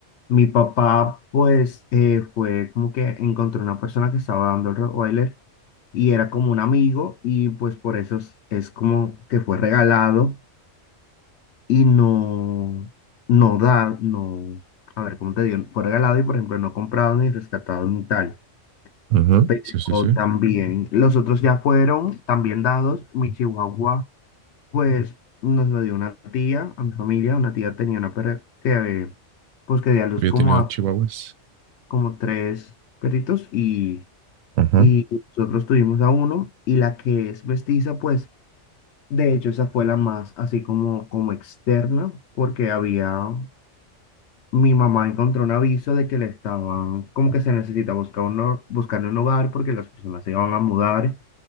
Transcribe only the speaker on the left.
Mi papá, pues, eh, fue como que encontró una persona que estaba dando el Rottweiler y era como un amigo y pues por eso es, es como que fue regalado y no, no da, no, a ver, ¿cómo te digo? Fue regalado y, por ejemplo, no comprado ni rescatado ni tal.
Pero
también, los otros ya fueron también dados. Mi chihuahua pues nos lo dio una tía a mi familia, una tía tenía una perra que eh, pues que dio a luz
como
a
como tres perritos y,
y nosotros tuvimos a uno y la que es mestiza pues de hecho esa fue la más así como como externa porque había mi mamá encontró un aviso de que le estaban como que se necesita buscar un ho- buscar un hogar porque las personas se iban a mudar